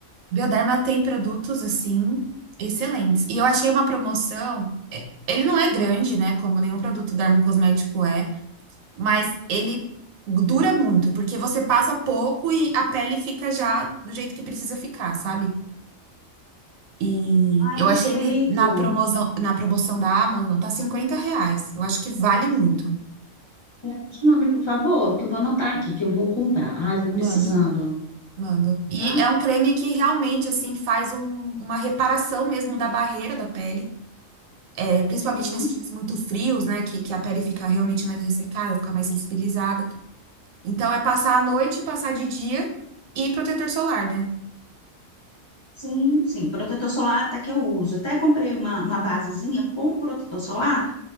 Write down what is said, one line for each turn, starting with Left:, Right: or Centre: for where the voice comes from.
Right: Bioderma tem produtos, assim, excelentes. E eu achei uma promoção. é, Ele não é grande, né? Como nenhum produto dermocosmético é, mas ele dura muito, porque você passa pouco e a pele fica já do jeito que precisa ficar, sabe? E
Left: Ai,
Right: eu
Left: perfeito.
Right: achei ele na promoção, na promoção da Amazon, tá 50 reais. Eu acho que vale muito.
Left: Me o nome, por favor, que eu vou anotar aqui, que eu vou comprar. Ai, tô precisando,
Right: Mando, mando. E
Left: tá?
Right: é um creme que realmente, assim, faz um- uma reparação mesmo da barreira da pele. É, principalmente
Left: Uhum.
Right: nesses dias muito frios, né? Que, que a pele fica realmente mais ressecada, fica mais sensibilizada. Então, é passar à noite, passar de dia e protetor solar, né?
Left: Sim, sim, protetor solar até que eu uso. Até comprei uma, uma basezinha com protetor solar